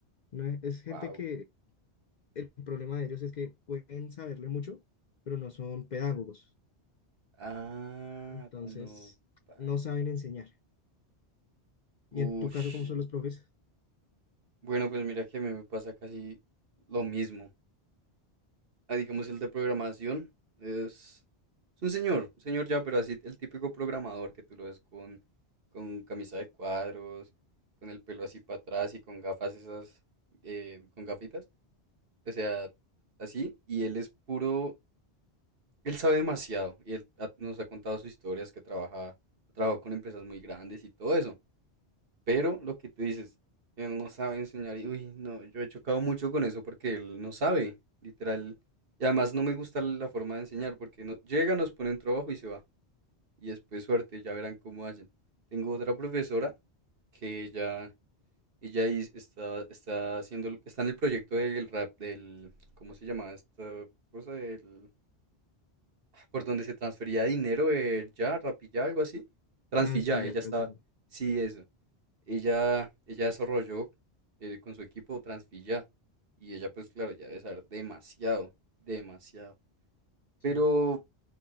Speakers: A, on the left; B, on the right.
A: ¿no? Es es gente
B: wow.
A: que el problema de ellos es que pueden saberle mucho, pero no son pedagogos
B: Ah,
A: entonces
B: no, baila.
A: no saben enseñar. Y
B: Ush.
A: en tu caso, ¿cómo son los profes?
B: Bueno, pues mira que a mí me pasa casi lo mismo. ah, digamos, el de programación es, es un señor, un señor ya, pero así el típico programador que tú lo ves con, con camisa de cuadros, con el pelo así para atrás y con gafas esas, eh, con gafitas, o sea, así, y él es puro, él sabe demasiado, y él ha- nos ha contado sus historias que trabaja, ha trabajado con empresas muy grandes y todo eso. Pero lo que tú dices, él no sabe enseñar y, uy, no, yo he chocado mucho con eso porque él no sabe, literal. Y además no me gusta la forma de enseñar porque no, llega, nos pone un trabajo y se va. Y después suerte, ya verán cómo hacen. Tengo otra profesora que ella, ella is- está, está haciendo, el- está en el proyecto del rap, del, ¿cómo se llama esta cosa? Del, ah, por donde se transfería dinero, eh, ya, rapilla, algo así. Transfilla,
A: Transfillar,
B: ella
A: transfillar.
B: estaba,
A: O
B: sí, eso. Ella, ella desarrolló eh, con su equipo Transfilla y ella pues claro, ya debe saber demasiado, demasiado.
A: sea,
B: Pero